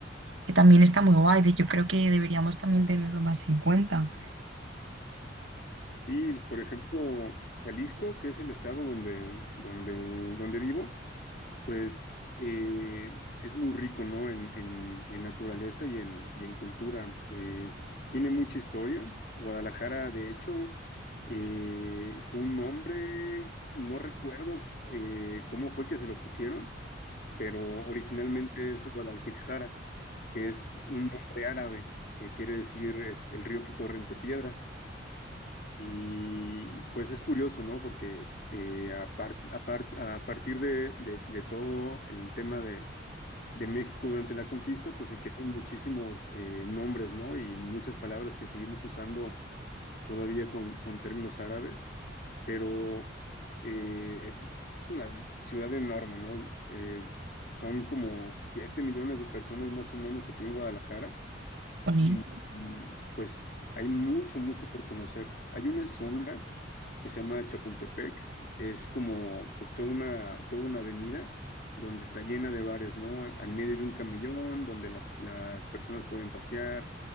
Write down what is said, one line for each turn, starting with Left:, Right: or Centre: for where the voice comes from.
Right: que también está muy guay, de- yo creo que deberíamos también tenerlo más en cuenta.
Left: Sí, por ejemplo, Jalisco, que es el estado donde, donde, donde vivo, pues eh, es muy rico, ¿no? En, en, en naturaleza y en, y en cultura. Eh, tiene mucha historia. Guadalajara, de hecho, eh, fue un nombre, no recuerdo eh, cómo fue que se lo pusieron, pero originalmente es Guadalquijara, que es un nombre árabe, que quiere decir es el río que corre entre piedras. Y pues es curioso, ¿no? Porque eh, a, par- a par- a partir de, de- de todo el tema de, de México durante la conquista, pues se quedaron muchísimos eh, nombres, ¿no? Y muchas palabras que seguimos usando todavía con, con términos árabes, pero eh, es, es una ciudad enorme, ¿no? Eh, son como 7 millones de personas más o menos aquí en Guadalajara
Right: Jolín.
Left: y, y, pues hay mucho, mucho por conocer. Hay una zona que se llama Chapultepec, es como pues toda una, toda una avenida donde está llena de bares, ¿no? Al medio hay un camellón donde la- las personas pueden pasear,